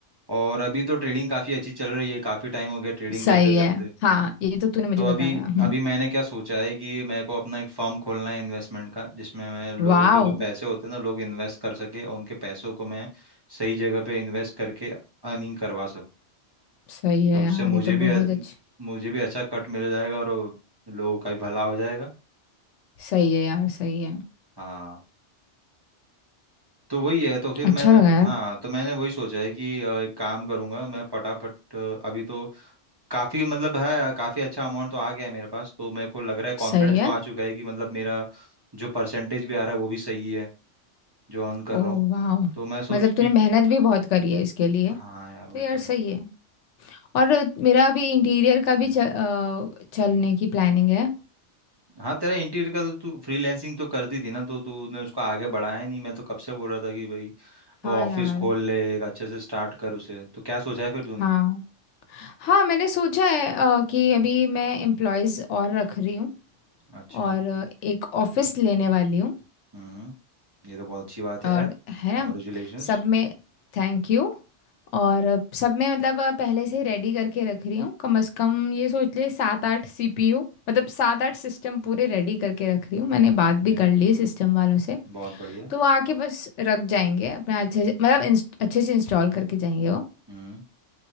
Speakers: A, on the right; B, on the left.
A: और अभी तो ट्रेडिंग काफी अच्छी चल रही है काफी टाइम हो गया ट्रेडिंग
B: सही
A: करते
B: है
A: करते
B: हाँ ये तो तूने मुझे
A: तो
B: बताया
A: अभी
B: हम्म
A: अभी मैंने क्या सोचा है कि मेरे को अपना एक फर्म खोलना है इन्वेस्टमेंट का जिसमें मैं लोगों
B: वाओ
A: के जो पैसे होते हैं ना लोग इन्वेस्ट कर सके और उनके पैसों को मैं सही जगह पे इन्वेस्ट करके अर्निंग करवा सकूं
B: सही है
A: तो
B: यार
A: उससे मुझे
B: ये तो बहुत
A: भी
B: अच्छा
A: मुझे भी अच्छा कट मिल जाएगा और वो लोगों का भी भला हो जाएगा
B: सही है यार सही है
A: हाँ तो वही है तो फिर
B: अच्छा
A: मैंने
B: लगा यार
A: हाँ तो मैंने वही सोचा है कि अ, एक काम करूंगा मैं फटाफट अ, अभी तो काफी मतलब है काफी अच्छा अमाउंट तो आ गया है मेरे पास तो मेरे को लग रहा है कॉन्फिडेंस
B: सही है
A: तो आ चुका है कि मतलब मेरा जो परसेंटेज भी आ रहा है वो भी सही है जो अर्न कर
B: ओ
A: रहा हूँ
B: वाओ
A: तो मैं सोच
B: मतलब
A: कि
B: तूने मेहनत भी बहुत करी है इसके लिए
A: हाँ यार वो
B: तो यार
A: तो है
B: सही है और मेरा अभी इंटीरियर का
A: हम्म।
B: भी चल, अ, चलने की प्लानिंग है
A: हाँ तेरा इंटीरियर का तो तू फ्रीलैंसिंग तो करती थी ना तो तूने उसको आगे बढ़ाया नहीं मैं तो कब से बोल रहा था कि भाई
B: हाँ
A: वो ऑफिस
B: यार
A: खोल ले एक अच्छे से स्टार्ट कर उसे तो क्या सोचा है फिर तूने
B: हाँ हाँ मैंने सोचा है अ, कि अभी मैं एम्प्लॉयज़ और रख रही हूँ
A: अच्छा
B: और अ, एक ऑफिस लेने वाली हूँ
A: हम्म ये तो बहुत अच्छी बात है
B: और
A: यार
B: है
A: कॉन्ग्रेचुलेशंस
B: ना सब में Thank you और सब में मतलब अ, पहले से ही रेडी करके रख रही हूँ कम से कम ये सोच ले सात आठ सीपीयू मतलब सात आठ सिस्टम पूरे रेडी करके रख रही
A: हम्म
B: हूँ मैंने बात
A: ओके
B: भी कर ली सिस्टम वालों से
A: बहुत बढ़िया
B: तो वो आके बस रख जाएंगे अपना अच्छे से मतलब
A: हम्म
B: इंस- अच्छे से इंस्टॉल करके जाएंगे वो
A: हम्म